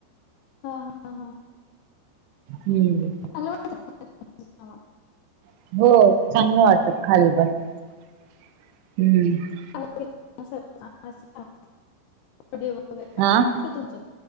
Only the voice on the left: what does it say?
हा, हा, हा.
<unintelligible>
<unintelligible>
तेचंच